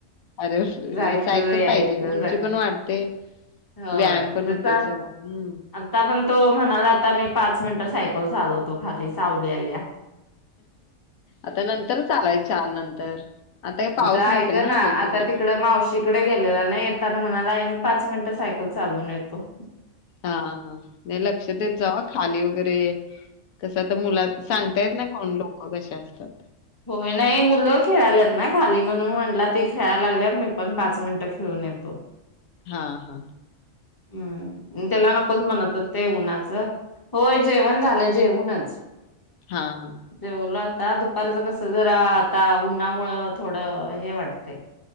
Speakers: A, on the left; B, on the left.
A: अरे बाप रे!
B: जायचं
A: नाहय सायकल
B: यायचं
A: पाहिजे उंची
B: जायचं
A: पण वाढते
B: होय
A: व्यायाम पण
B: त्याचा
A: होतोय सगळां हम्म
B: आता पण तो म्हणाला आता मी पाच मिनटं सायकल चालवतो खाली सावली आलीया.
A: आता नंतर चालाय चार नंतर हे पाऊस
B: आता
A: नसेल
B: ऐक ना
A: अजून तिकडे?
B: आता तिकड मावशी तिकडे गेलेला नाही येताना म्हणाला आई मी पाच मिनटं सायकल चालवून येतो.
A: हा हा नाही लक्ष देत जावा हा खाली वगैरे कसं आता मुला सांगतायेत नाय कोण लोक कशी असतात ते
B: होय नाही मुलं खेळाल्यात ना खाली म्हणून म्हणला ते खेळाय लागल्यात मी पण पाच मिनिटं खेळून येतो.
A: हा हा
B: हम्म त्याला नकोच म्हणत होते उन्हाचं होय जेवण झालं जेवूनच
A: हा हा
B: जेवलो आता दुपारच कस जरा आता उन्हामुळं थोडं हे वाटतय